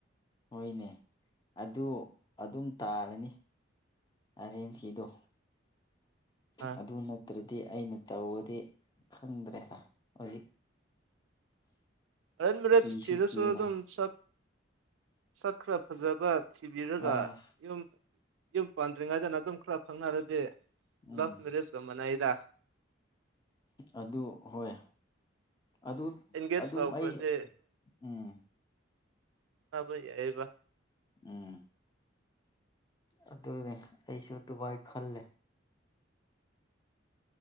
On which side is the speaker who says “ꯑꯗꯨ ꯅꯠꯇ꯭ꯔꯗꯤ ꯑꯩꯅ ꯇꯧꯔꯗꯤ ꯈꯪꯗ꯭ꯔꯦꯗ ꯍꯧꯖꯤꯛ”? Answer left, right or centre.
Left